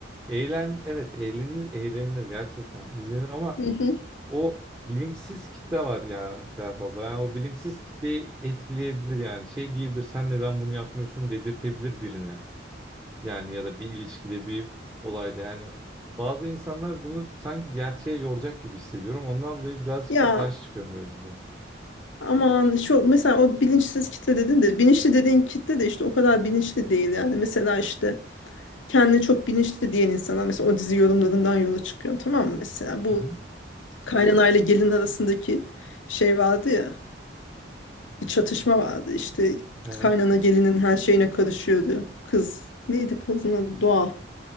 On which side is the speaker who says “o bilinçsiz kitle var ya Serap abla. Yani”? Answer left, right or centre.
Right